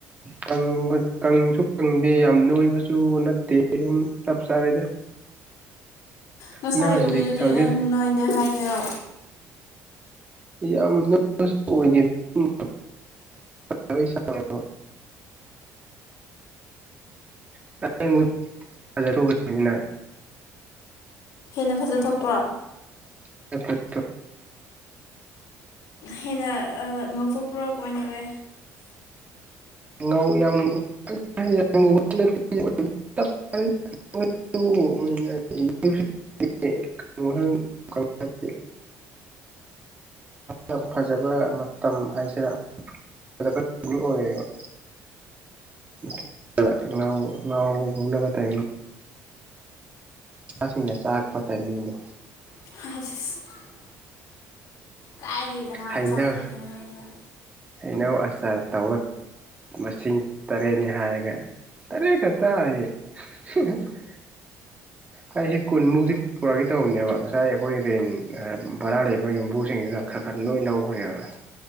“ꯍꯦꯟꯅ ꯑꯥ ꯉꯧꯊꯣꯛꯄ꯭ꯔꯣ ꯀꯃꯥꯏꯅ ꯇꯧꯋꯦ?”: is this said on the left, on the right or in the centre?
Left